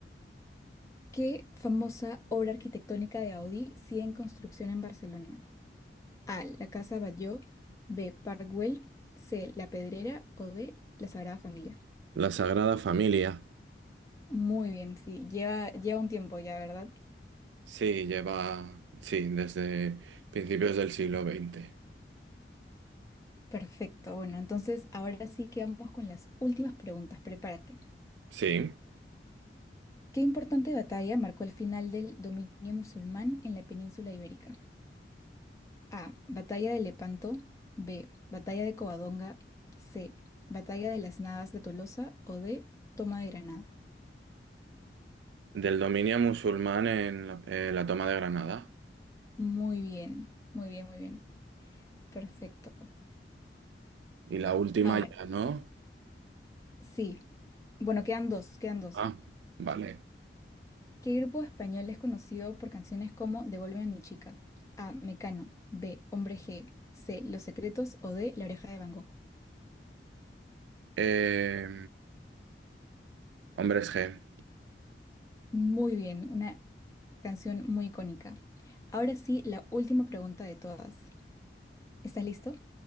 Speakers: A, on the left; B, on the right.
A: ¿qué famosa obra arquitectónica de Gaudí sigue en construcción en Barcelona? A, la Casa Batlló, B, Park Güell, C, La Pedrera o D, la Sagrada Familia.
B: La Sagrada Familia.
A: Muy bien, sí, lleva, lleva un tiempo ya, ¿verdad?
B: Sí, lleva, sí, desde principios del siglo XX.
A: Perfecto. Bueno, entonces ahora sí que vamos con las últimas preguntas. Prepárate.
B: Sí,
A: ¿Qué importante batalla marcó el final del dominio musulmán en la península ibérica? A. Batalla de Lepanto. B. Batalla de Covadonga. C. Batalla de las Navas de Tolosa. O D. Toma de Granada.
B: del dominio musulmán en la, en la toma de Granada.
A: Muy bien, muy bien, muy bien. Perfecto.
B: Y la última
A: Ahora,
B: ya, ¿no?
A: sí. Bueno, quedan dos, quedan dos.
B: Ah, vale.
A: ¿Qué grupo español es conocido por canciones como Devuélveme a mi chica? A. Mecano. B. Hombre G. C. Los Secretos o D. La Oreja de Van Gogh.
B: Eh, Hombres G.
A: Muy bien, una canción muy icónica. Ahora sí, la última pregunta de todas. ¿Estás listo?